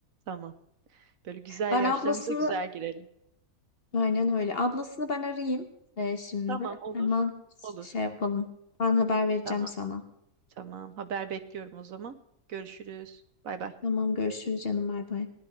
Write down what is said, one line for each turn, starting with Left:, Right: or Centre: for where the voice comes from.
Right: Tamam. Böyle güzel
Left: Ben
Right: yaşlarımıza
Left: ablasını
Right: güzel girelim.
Left: aynen öyle. Ablasını ben arayayım e, şimdi.
Right: Tamam olur.
Left: Hemen
Right: Olur.
Left: şey yapalım. Ben haber vereceğim
Right: Tamam.
Left: sana.
Right: Tamam. Haber bekliyorum o zaman. Görüşürüz. Bay bay.
Left: Tamam görüşürüz canım bay bay.